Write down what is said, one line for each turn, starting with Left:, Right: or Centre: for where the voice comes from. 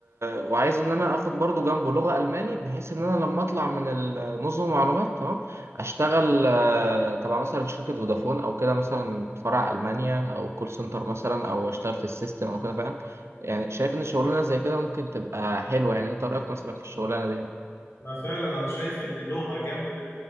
Right: وعايز ان انا اخد برضو جنبه لغة الماني بحيث ان انا لما اطلع من ال- نظم المعلومات تمام اشتغل آه، تبع مثلا شركة فودافون او كده مثلا فرع المانيا او كول سنتر مثلا او اشتغل في السيستم او كده فاهم يعني شايف ان الشغلانة زي كده ممكن تبقى حلوة يعني انت رأيك مثلا في الشغلانة دي
Left: ما فعلا انا شايف ان لغه جنب